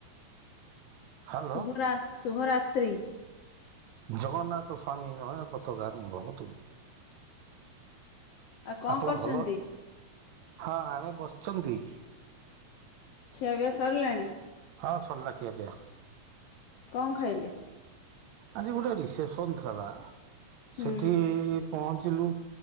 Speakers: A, on the right; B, on the left.
A: ହ୍ୟାଲୋ
B: ଶୁଭ ରା ଶୁଭ ରାତ୍ରି।
A: ଜଗନ୍ନାଥ ସ୍ଵାମୀ ନୟନ ପତ ଗାମୀ ଭବ ତୁମେ।
B: ଆଉ କଣ
A: ଆପଣ
B: କରୁଛନ୍ତି
A: ଭଲ ହଁ ଆମେ ବସିଛନ୍ତି।
B: ଖିଆ ପିଆ ସରିଲାଣି।
A: ହଁ ସରିଲା ଖିଆ ପିଆ।
B: କଣ ଖାଇଲେ।
A: ଆଜି ଗୋଟେ ରିସେପସନ ଥିଲାଵା
B: ହୁଁ
A: ସେଠି ପହଞ୍ଚିଲୁ।